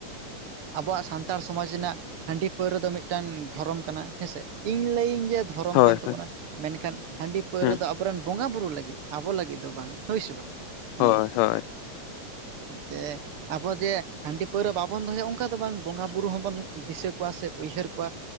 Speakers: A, on the right; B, on the left.
A: ᱟᱵᱚᱣᱟᱜ ᱥᱟᱱᱛᱟᱲ ᱥᱚᱢᱟᱡᱽ ᱨᱮᱱᱟᱜ ᱦᱟᱺᱰᱤ ᱯᱟᱹᱣᱨᱟᱹ ᱫᱚ ᱢᱤᱫᱴᱟᱝ ᱫᱷᱚᱨᱚᱢ ᱠᱟᱱᱟ ᱦᱮᱸᱥᱮ ᱤᱧ ᱞᱟᱹᱭ ᱟᱹᱧ ᱡᱮ ᱫᱷᱚᱨᱚᱢ
B: ᱦᱳᱭ
A: ᱠᱟᱱ ᱛᱟᱵᱚᱱᱟ
B: ᱦᱳᱭ
A: ᱢᱮᱱᱠᱷᱟᱱ ᱦᱟᱺᱰᱤ ᱯᱟᱹᱣᱨᱟᱹ
B: ᱦᱳᱭ
A: ᱫᱚ ᱟᱵᱚᱨᱮᱱ ᱵᱚᱸᱜᱟ ᱵᱩᱨᱩ ᱞᱟᱹᱜᱤᱫ᱾ ᱟᱵᱚ ᱞᱟᱹᱜᱤᱫ ᱫᱚ ᱵᱟᱝ ᱦᱳᱭ ᱥᱮ ᱵᱟᱝ
B: ᱦᱳᱭ
A: ᱦᱮᱸ
B: ᱦᱳᱭ
A: ᱡᱮ ᱟᱵᱚ ᱡᱮ ᱦᱟᱺᱰᱤ ᱯᱟᱹᱣᱨᱟᱹ ᱵᱟᱵᱚᱱ ᱫᱚᱦᱚᱭᱟ ᱚᱱᱠᱟ ᱫᱚ ᱵᱟᱝ ᱵᱚᱸᱜᱟᱼᱵᱩᱨᱩ ᱦᱚᱸᱵᱚᱱ ᱫᱤᱥᱟᱹ ᱠᱚᱣᱟ ᱥᱮ ᱩᱭᱦᱟᱹᱨ ᱠᱚᱣᱟ